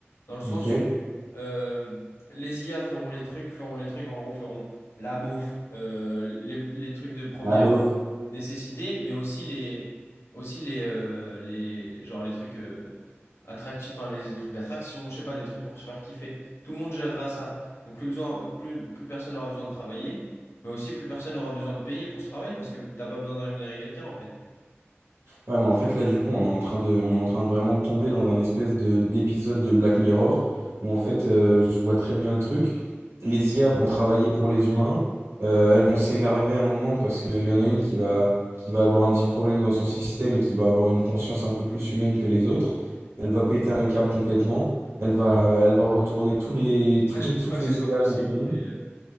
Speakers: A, on the left (about 70°); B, on the right (about 70°).
A: dans le sens
B: Ok.
A: où euh, les IA feront les trucs, feront les trucs, en gros, feront la bouffe, euh, les, les trucs de première
B: La bof.
A: nécessité, mais aussi les, aussi les, euh, les, genre les trucs euh, attractifs, enfin les trucs d'attraction, je sais pas, des trucs pour se faire kiffer. Tout le monde gérera ça. Donc plus besoin, plus, plus personne n'aura besoin de travailler, mais aussi plus personne n'aura besoin de payer pour ce travail, parce que t'as pas besoin de rémunérer quelqu'un, en fait.
B: Ouais, mais en fait, là, du coup, on est en train de, on est en train de vraiment de tomber dans un espèce de, d'épisode de Black Mirror où, en fait, euh, je vois très bien le truc. Les IA vont travailler pour les humains. Euh, elles vont s'énerver un moment parce qu'il y en a une qui va, qui va avoir un petit problème dans son système et qui va avoir une conscience un peu plus humaine que les autres. Elle va péter un câble complètement. Elle va, elle va retourner tous les,
A: Ça,
B: tous
A: je
B: les,
A: pense
B: toutes
A: pas que
B: les
A: ce soit
B: IA
A: possible,
B: contre nous.
A: mais... euh,